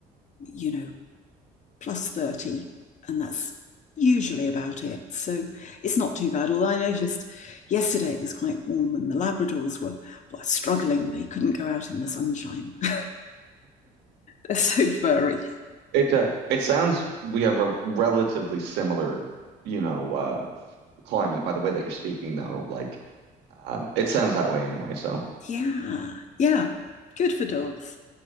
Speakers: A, on the left; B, on the right.
A: you know plus thirty, and that's usually about it. So it's not too bad. Although I noticed yesterday it was quite warm, and the Labradors were were struggling; they couldn't go out in the sunshine. <laughs> They're so furry.
B: It uh, it sounds we have a relatively similar, you know, uh, climate by the way that you're speaking though. Like, um, it sounds that way anyway. So,
A: Yeah, yeah, good for dogs.